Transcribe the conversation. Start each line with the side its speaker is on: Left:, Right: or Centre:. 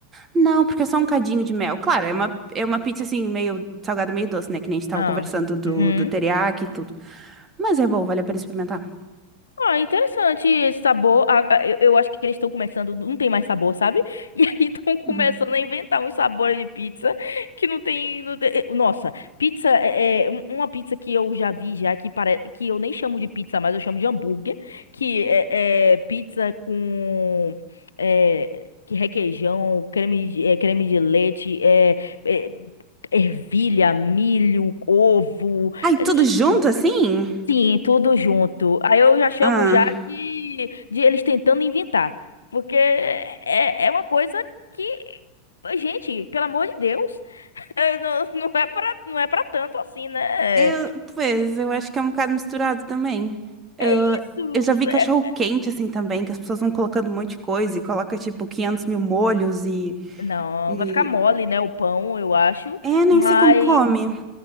Right: Não, porque é só um cadinho de mel. Claro, é uma, é uma pizza assim, meio salgada, meio doce, né? Que nem a gente tava
Left: Ah.
Right: conversando do,
Left: Uhum.
Right: do teriyaki e tudo. Mas é bom, vale a pena experimentar.
Left: Ah, interessante esse sabor. Ah, ah, Eu eu acho que eles estão começando, não tem mais sabor, sabe? <laughs> E aí estão começando
Right: Uhum.
Left: a inventar uns sabores de pizza que não tem. não tem- eh, Nossa, pizza é, é um- uma pizza que eu já vi já que parece que eu nem chamo de pizza, mas eu chamo de hambúrguer, que é, é pizza com é, que requeijão, creme de, é, creme de leite, é, é, ervilha, milho, ovo.
Right: Ai,
Left: é,
Right: tudo junto assim?
Left: Sim, tudo junto. Aí eu já chamo
Right: Ah.
Left: já de, de eles tentando inventar. Porque é, é uma coisa que, gente, pelo amor de Deus, <laughs> é, não, não é pra, não é pra tanto assim, né?
Right: Eu, pois, eu acho que é um bocado misturado também. Eu,
Left: Isso.
Right: eu já vi cachorro
Left: é-
Right: quente assim também, que as pessoas vão colocando um monte de coisa e coloca tipo 500 mil molhos e,
Left: não,
Right: e...
Left: vai ficar mole, né? O pão, eu acho.
Right: É, nem
Left: Mas,
Right: sei como come.